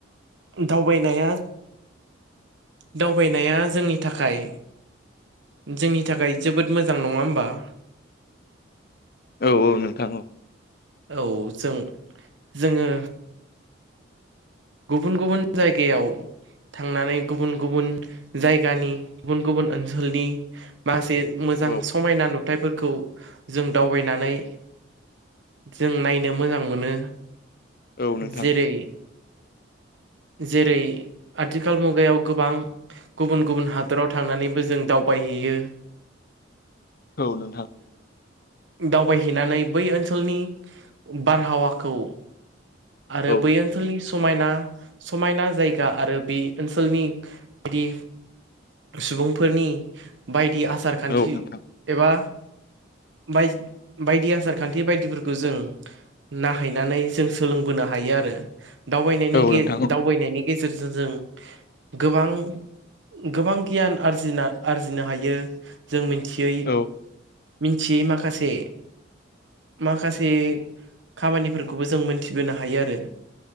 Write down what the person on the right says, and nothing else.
दावबायनाया दावबायनाया जोंनि थाखाय जोंनि थाखाय जोबोद मोजां नङा होमबा ।
औ जों जोङो गुबुन गुबुन जायगायाव थांनानै गुबुन गुबुन जायगानि गुबुन गुबुन ओनसोलनि माखासे मोजां
समायना नुथाइफोरखौ जों दावबायनानै जों नायनो मोजां मोनो
जेरै जेरै आथिखाल मुगायाव गोबां गुबुन गुबुन हादराव थांनानैबो जों दाव बायहैयो
दावबायहैनानै बै ओनसोलनि बारहावाखौ आरो
बै ओनसोलनि समायना समायना जायगा आरो बे ओनसोलनि बायदि सुबुंफोरनि बायदि आसार खान्थि
एबा बाय बायदि आसार खान्थि बायदिफोरखौ जों नाहैनानै जों सोलोंबोनो हायो आरो बायनायनि
दावबायनायनि गेजेरजों जों गोबां गोबां गियान आरजिना आरजिनो हायो जों मिथियै
मिथियै माखासे माखासे खामानिफोरखौबो जों मोनथिबोनो हायो आरो।